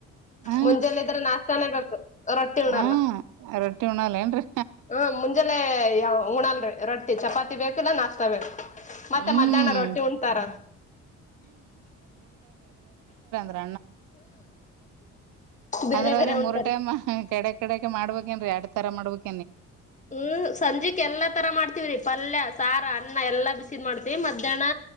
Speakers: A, on the right; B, on the left.
A: ಹಾ
B: ಮುಂಜೆಲ್ಲ ಇದ್ರೆ ನಾಷ್ಟತಾನೇ ಬೇಕು ರೊಟ್ಟಿ ಉಣಲ್ಲ
A: ಹಾ ರೊಟ್ಟಿ ಉಣಲ್ಲ ಏನ್ರರಿ
B: ಹ್ಮ ಮುಂಜೆಲ್ಲೆ ಯಾವ ಉಣಲ್ರಿ ರೊಟ್ಟಿ ಚಪಾತಿ ಬೇಕು ಇಲ್ಲಾ ನಾಸ್ತಾ ಬೇಕು ಮತ್ತೆ
A: ಹ್ಮ್
B: ಮಧ್ಯಾಹ್ನ ರೊಟ್ಟಿ ಉಣತಾರ
A: ಅಣ್ಣ್ರ
B: ಬೇರೆ
A: ಅಂದ್ರ
B: ಬೇರೆ
A: ಅವ್ರೀ
B: ಉಣ್ತಾರ
A: ಮೂರ್ ಟೈಮ್ ಕೆಡೆ ಕಡೆಕ ಮಾಡ್ಬೇಕೇನ್್ರೀ ಎಡ್ತರ ಮಾಡ್ಬೇಕು
B: ಹ್ಮ್ ಸಂಜೆಕ್ ಎಲ್ಲಾ ತರ ಮಾಡ್ತವ್ರಿ ಪಲ್ಯ ಸಾರ ಅನ್ನ ಎಲ್ಲಾ ಬಿಸಿದ್ ಮಾಡ್ತೀವಿ ಮಧ್ಯಾಹ್ನ